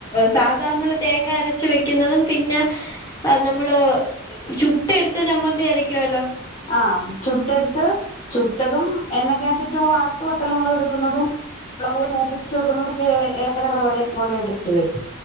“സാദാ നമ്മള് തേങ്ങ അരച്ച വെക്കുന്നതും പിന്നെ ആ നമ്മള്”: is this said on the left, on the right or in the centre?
Left